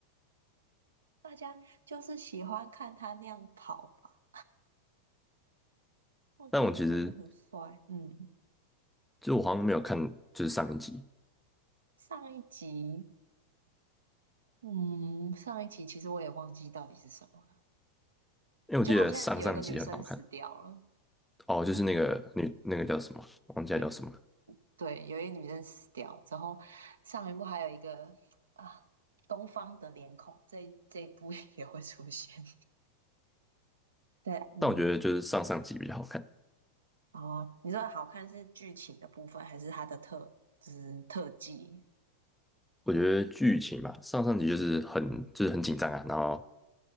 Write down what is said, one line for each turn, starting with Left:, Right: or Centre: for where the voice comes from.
Right: 大家就是喜欢看他那样跑吧，我觉得真的很帅。
Centre: 但我其实
Right: 嗯，
Centre: 就我好像没有看就是上一集，
Right: 上一集，嗯，上一集其实我也忘记到底是什么了，
Centre: 因为我记得上上集很好看，
Right: 就好像有一个女生死掉了，
Centre: 哦，就是那个女那个叫什么，
Right: 我
Centre: 忘记她叫什么了
Right: 有对，有一个女生死掉之后，上一部还有一个啊，东方的脸孔，这一这一部也会出现。<laughs> 对，嗯。
Centre: 但我觉得就是上上集比较好看。
Right: 哦，你说好看是剧情的部分，还是它的特，就是特技？
Centre: 我觉得剧情吧，上上集就是很就是很紧张啊，然后